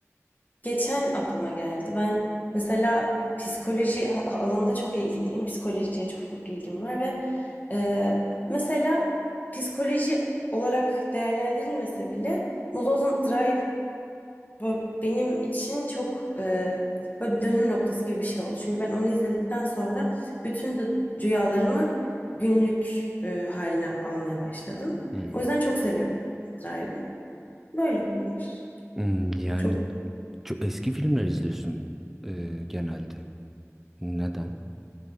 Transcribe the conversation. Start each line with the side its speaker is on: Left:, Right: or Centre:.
Left: Geçen aklıma geldi. Ben mesela psikoloji ha- alanında çok ilgiliyim. Psikolojiye çok ilgim var ve e, mesela psikoloji olarak değerlendirilmese bile Mulholland Drive böyle benim için çok e, böyle bir dönüm noktası gibi bir şey oldu. Çünkü ben onu izledikten sonra bütün de rüyalarımı günlük e, haline almaya başladım.
Centre: Hı.
Left: O yüzden çok seviyorum Drive'ı. Böyle bunlar.
Centre: Hmm, yani
Left: Çok
Centre: çok eski filmler izliyorsun e, genelde. Neden?